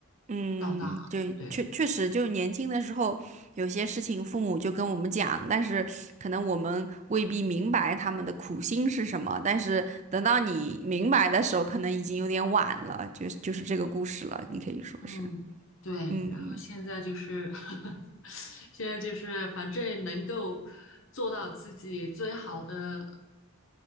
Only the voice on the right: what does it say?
嗯，
对，
确确实，就年轻的时候，有些事情父母就跟我们讲，但是可能我们未必明白他们的苦心是什么，但是等到你明白的时候，可能已经有点晚了，就就是这个故事了，你可以说是，
嗯。
嗯